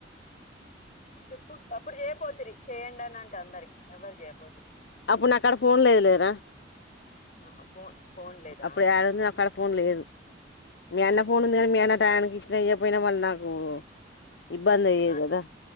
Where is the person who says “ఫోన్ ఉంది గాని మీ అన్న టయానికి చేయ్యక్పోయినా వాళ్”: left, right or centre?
Left